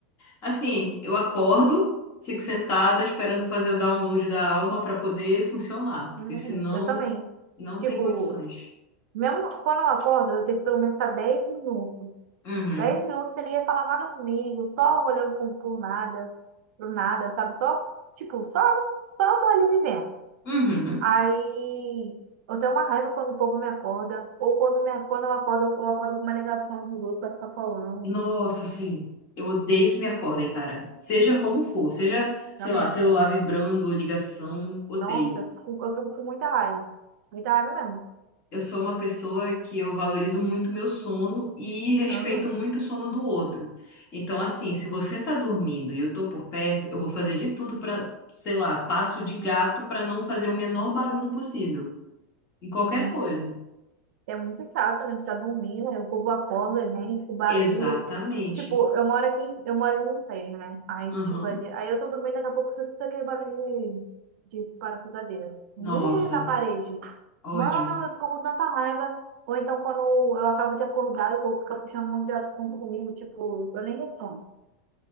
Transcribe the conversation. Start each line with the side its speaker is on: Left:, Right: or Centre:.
Left: Assim, eu acordo, fico sentada esperando fazer o download da alma para poder funcionar, porque
Right: Uhum,
Left: senão
Right: Eu também.
Left: não
Right: Tipo,
Left: tem condições.
Right: mesmo quando eu acordo, eu tenho que pelo menos estar 10 minutos.
Left: Uhum.
Right: 10 minutos sem ninguém falar nada comigo, só olhando pro, pro nada, pro nada, sabe? Só, tipo, só, só tô ali vivendo.
Left: Uhum.
Right: Aí eu tenho uma raiva quando o povo me acorda, ou quando, me, quando eu acordo, eu acordo com uma ligação dos outros pra ficar falando.
Left: Nossa, assim, eu odeio que me acordem, cara. Seja como for, seja, sei
Right: Também.
Left: lá, celular vibrando, ligação, odeio.
Right: Nossa, eu fico, eu fico com muita raiva. Muita raiva mesmo.
Left: Eu sou uma pessoa que eu valorizo muito meu sono e respeito
Right: Aham,
Left: muito o sono do outro. Então, assim, se você tá dormindo e eu tô por perto, eu vou fazer de tudo pra, sei lá, passo de gato pra não fazer o menor barulho possível em qualquer
Right: sim.
Left: coisa.
Right: É muito chato, né? A gente tá dormindo, aí o povo acorda, a gente, com barulho.
Left: Exatamente.
Right: Tipo, eu moro aqui, eu moro em um prédio, né? Aí,
Left: Aham.
Right: tipo, aí aí eu tô dormindo, daqui a pouco você escuta aquele barulho de, de parafusadeira.
Left: Nossa,
Right: Ih, Na parede.
Left: ódio.
Right: Mano, eu fico com tanta raiva. Ou então, quando eu acabo de acordar, o povo fica puxando um monte de assunto comigo, tipo, eu nem respondo.